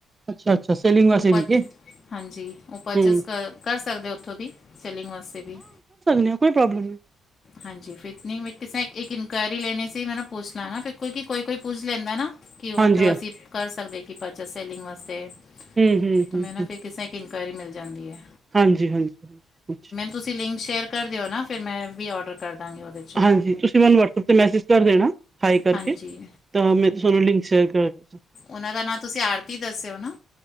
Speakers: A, on the right (about 25°); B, on the left (about 40°).
A: ਅੱਛਾ-ਅੱਛਾ, ਸੇਲਿੰਗ ਵਾਸਤੇ
B: ਉਹ ਪਚ
A: ਵੀ ਕੇ?
B: ਹਾਂਜੀ, ਓ ਪਰਚੇਜ਼
A: ਹੂੰ
B: ਕਰ ਸਕਦੇ ਓ ਉੱਥੋਂ ਦੀ ਸੈਲਿੰਗ ਵਾਸਤੇ ਵੀ।
A: ਦੇ ਕੋਈ ਪ੍ਰੋਬਲਮ ਨੀ।
B: ਹਾਂਜੀ ਫਿਟ ਨੀ ਕਿਸ ਏ ਕਰ ਈ ਲੈਣੇ ਸੀ, ਮੈਂ ਕਿਆ ਪੁੱਛ ਲਾਂ ਨਾ ਫੇਰ, ਕਿਓਕੇ ਕੋਈ-ਕੋਈ ਪੁੱਛ ਲੈਂਦਾ ਨਾ ਕਿ
A: ਹਾਂਜੀ
B: ਉਥੋਂ
A: ਹਾਂ
B: ਅਸੀਂ ਕਰ ਸਕਦੇ ਆ ਕਿ ਪਰਚੇਸ ਸੈਲਿੰਗ ਵਾਸਤੇ?
A: ਹੂੰ ਹੂੰ
B: ਤਾਂ
A: ਹੂੰ
B: ਮੈਂ ਨਾ ਫਿਰ ਕਿਸੇ ਇੱਕ ਇਨਕੁਆਇਰੀ ਮਿਲ ਜਾਂਦੀ ਐ।
A: ਹਾਂਜੀ-ਹਾਂਜੀ।
B: ਤੁਸੀਂ ਲਿੰਕ ਸ਼ੇਅਰ ਕਰ ਦਿਓ ਨਾ, ਫਿਰ ਮੈਂ ਵੀ ਔਡਰ ਕਰ ਦਾਂਗੀ ਓਹਦੇ।
A: ਹਾਂਜੀ, ਤੁਸੀਂ ਮੈਨੂੰ ਵਟਸਐਪ ਤੇ ਮੈਸੇਜ ਕਰ ਦੇਣਾ ਹਾਏ ਕਰਕੇ,
B: ਹਾਂਜੀ
A: ਤਾਂ ਮੈਂ ਤੁਹਾਨੂੰ ਲਿੰਕ ਸ਼ੇਅਰ ਕਰਦ
B: ਓਨਾਂ ਦਾ ਨਾਂ ਤੁਸੀਂ ਆਰਤੀ ਦੱਸਿਓ ਨਾ?